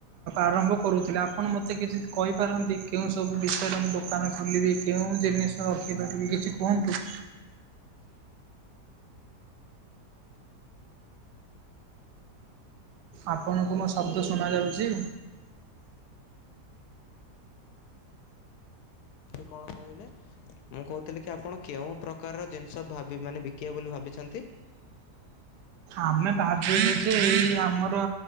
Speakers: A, on the right (about 85°); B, on the left (about 75°).
A: ଆରମ୍ଭ କରୁଥିଲି ଆପଣ ମତେ କିଛି କହିପାରନ୍ତି କେଉଁ ସବୁ ବିଷୟରେ ମୁଁ ଦୋକାନ ଖୋଲିବି କେଉଁ ଜିନିଷ ରଖିପାରିବି କିଛି କୁହନ୍ତୁ। ଆପଣଙ୍କୁ ମୋ ଶବ୍ଦ ଶୁଣ ଯାଉଛି।
B: ସେ କଣ କହିଲେ ମୁଁ କହୁଥିଲି କି ଆପଣ କେଉଁ ପ୍ରକାରର ଜିନିଷ ଭାବ ମାନେ ବିକିବେ ବୋଲି ଭାବିଛନ୍ତି।
A: ଆମେ ଭାବିଲୁ ଯେ ଏଇ ଆମର